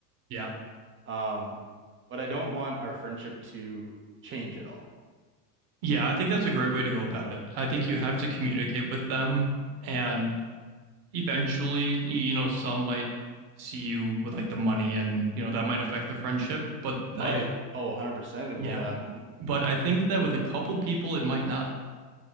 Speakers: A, on the right; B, on the right.
A: Yeah.
B: Um, but I don't want our friendship to change at all.
A: Yeah, I think that's a great way to go about it. I think you have to communicate with them and eventually, y- you know, some might see you with like the money and, you know, that might affect the friendship. But
B: Might.
A: I, th
B: Oh, 100% it
A: yeah.
B: will happen.
A: But I think that with a couple people, it might not.